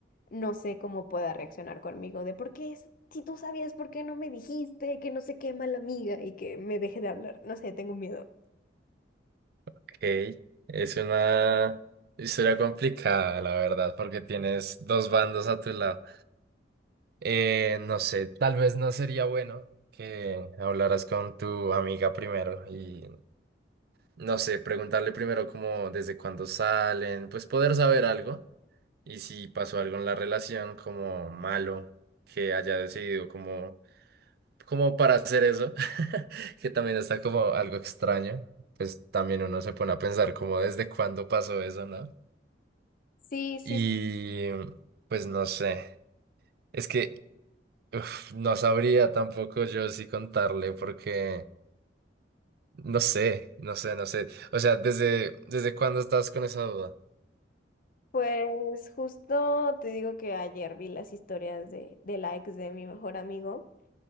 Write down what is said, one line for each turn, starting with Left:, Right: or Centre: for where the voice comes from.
Left: no sé cómo pueda reaccionar conmigo de por qué, es- si tú sabías, ¿por qué no me dijiste? Que no sé qué mala amiga y que me deje de hablar. No sé, tengo miedo.
Right: Ok. Es una historia complicada, la verdad, porque tienes dos bandos a tu lado. Eh, no sé, tal vez no sería bueno que hablaras con tu amiga primero y, no sé, preguntarle primero como desde cuándo salen, pues poder saber algo y si pasó algo en la relación como malo, que haya decidido como como para hacer eso, <laughs> que también está como algo extraño, pues también uno se pone a pensar como desde cuándo pasó eso, ¿no?
Left: Sí, sí,
Right: Y pues no sé, es que uf, no sabría tampoco yo si contarle porque no sé, no sé, no sé. O sea, ¿desde, desde cuándo estás con esa duda?
Left: pues justo te digo que ayer vi las historias de, de la ex de mi mejor amigo.